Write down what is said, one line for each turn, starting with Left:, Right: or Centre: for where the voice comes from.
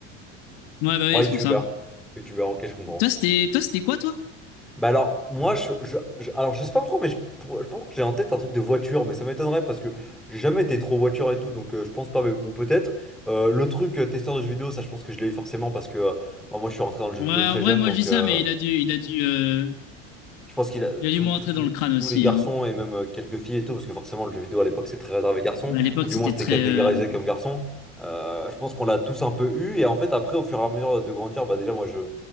Left: Ouais, bah oui,
Centre: Ouais,
Left: c'est
Centre: youtubeur,
Left: pour ça.
Centre: youtubeur, ok, je comprends.
Left: Toi, c'était toi, c'était quoi, toi?
Centre: Bah alors, moi, je, je, je- alors, je sais pas pourquoi, mais je, pour- je sais pas pourquoi j'ai en tête un truc de voiture, mais ça m'étonnerait parce que j'ai jamais été trop voiture et tout, donc euh, je pense pas, mais bon, peut-être. Euh, le truc euh, testeur de jeux vidéo, ça, je pense que je l'ai eu forcément parce que euh, bah, moi, je suis rentré dans le jeu
Left: Ouais,
Centre: vidéo très
Left: en vrai,
Centre: jeune,
Left: moi,
Centre: donc.
Left: je dis ça,
Centre: euh,
Left: mais il a dû, il a dû, euh,
Centre: je pense qu'il a
Left: il a
Centre: tout,
Left: dû me
Centre: tout-
Left: rentrer
Centre: tout-
Left: dans le crâne aussi,
Centre: tous les garçons
Left: hein.
Centre: et même euh, quelques filles et tout, parce que forcément le jeu vidéo à l'époque c'est très réservé garçons,
Left: Bah, à l'époque,
Centre: ou du
Left: c'était
Centre: moins c'était
Left: très.
Centre: catégorisé
Left: euh,
Centre: comme garçon. Euh, je pense qu'on l'a tous un peu eu, et en fait après au fur et à mesure de grandir, bah déjà moi je